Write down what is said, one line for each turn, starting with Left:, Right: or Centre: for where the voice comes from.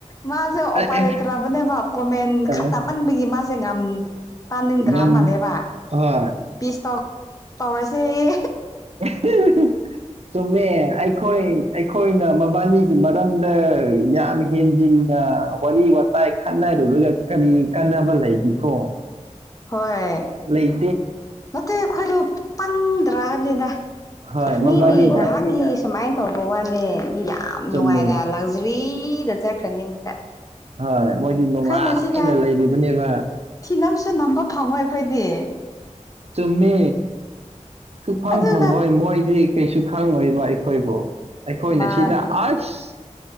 Left: ꯃꯥꯁꯦ ꯑꯣꯄꯥ
Right: ꯑ ꯑꯦ
Left: ꯂꯩꯇ꯭ꯔꯕꯅꯦꯕ ꯀꯣꯃꯦꯟ
Right: ꯑ
Left: ꯈꯪꯅꯃꯟꯕꯒꯤ ꯃꯥꯁꯦ ꯉꯥꯝ ꯇꯥꯅꯤꯡꯗ꯭ꯔꯥ
Right: ꯉꯝ
Left: ꯃꯥꯜꯂꯦꯕ
Right: ꯍꯣꯏ
Left: ꯄꯤꯁ ꯇꯣꯛ ꯇꯧꯔꯁꯦꯌꯦ
Right: <unintelligible> ꯆꯨꯝꯃꯦ ꯑꯩꯈꯣꯏ ꯑꯩꯈꯣꯏꯅ ꯃꯕꯥꯅꯤꯒꯤ ꯃꯔꯝꯗ ꯌꯥꯝ ꯍꯦꯟꯖꯤꯟ ꯑꯥ ꯋꯥꯔꯤ ꯋꯥꯇꯥꯏ ꯈꯠꯅꯔꯨꯔꯒ ꯀꯔꯤ ꯀꯟꯅꯕ ꯂꯩꯒꯤꯀꯣ
Left: ꯍꯣꯏ
Right: ꯂꯩ
Left: ꯅꯠꯇꯦ ꯑꯩꯈꯣꯏꯗꯣ ꯄꯪꯗ꯭ꯔꯥ ꯍꯥꯏꯕꯅꯤꯗ
Right: ꯍꯣꯏ
Left: ꯃꯤꯗꯤ
Right: ꯃꯕꯥꯅꯤꯅ
Left: ꯉꯍꯥꯛꯒꯤ ꯁꯨꯃꯥꯏꯅ ꯇꯧꯕ ꯋꯥꯅꯦ ꯃꯤꯗꯤ ꯌꯥꯝ
Right: ꯆꯨꯝꯃꯦ
Left: ꯅꯨꯡꯉꯥꯏꯅ ꯂꯛꯖꯔꯤꯗ ꯆꯠꯈ꯭ꯅꯤ ꯑꯃꯨꯛꯀ
Right: ꯍꯣꯏ ꯃꯣꯏꯗꯤ ꯅꯨꯡꯉꯥꯏꯅ
Left: ꯑꯩꯈꯣꯏꯅ ꯁꯤꯗ
Right: ꯂꯩꯔꯤꯕꯅꯦꯕ
Left: ꯊꯤꯅꯝꯁꯨ ꯅꯝꯕ ꯐꯪꯉꯣꯏ ꯑꯩꯈꯣꯏꯗꯤ
Right: ꯆꯨꯝꯃꯦ ꯁꯨꯛꯐꯪ
Left: ꯑꯗꯨꯒ
Right: ꯐꯪꯉꯣꯏ ꯃꯣꯏꯗꯤ ꯀꯩꯁꯨ ꯈꯪꯉꯣꯏꯕ ꯑꯩꯈꯣꯏꯕꯨ ꯑꯩꯈꯣꯏꯅ
Left: ꯃꯥꯅꯤ
Right: ꯁꯤꯗ ꯑꯁ